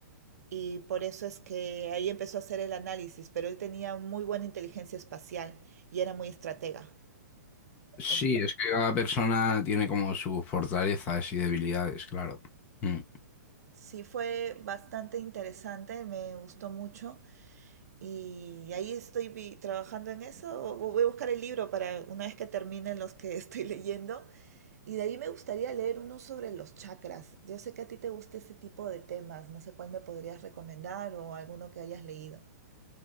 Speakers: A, on the right (about 60°); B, on the left (about 15°).
A: Y por eso es que ahí empezó a hacer el análisis, pero él tenía muy buena inteligencia espacial y era muy estratega.
B: Sí,
A: En-
B: es que cada persona tiene como sus fortalezas y debilidades, claro. Mm.
A: Sí, fue bastante interesante, me gustó mucho y ahí estoy vi- trabajando en eso. Vo- Voy a buscar el libro para una vez que terminen los que <laughs> estoy leyendo. Y de ahí me gustaría leer uno sobre los chakras. Yo sé que a ti te gusta ese tipo de temas, no sé cuál me podrías recomendar o alguno que hayas leído.